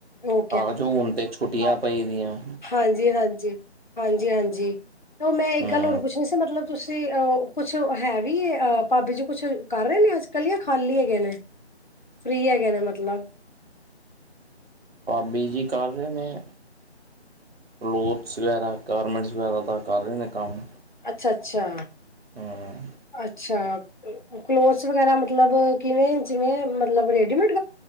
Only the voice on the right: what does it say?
ਆ ਜੋ ਹੁਣ ਤੇ ਛੁੱਟੀਆਂ ਪਈ ਦਿਆ,
ਹੂੰ।
ਭਾਬੀ ਜੀ ਕਰ ਰਹੇ ਨੇ, ਕਲੋਥਸ ਵਗੈਰਾ ਗਾਰਮੈਂਟਸ ਵਗੈਰਾ ਤਾਂ ਕਰ ਰਹੇ ਨੇ ਕੰਮ।
ਹੂੰ,